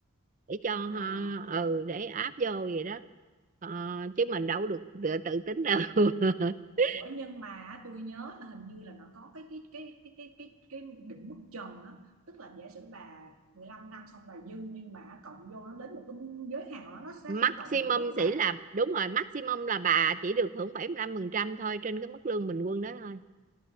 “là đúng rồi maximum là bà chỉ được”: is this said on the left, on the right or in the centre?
Right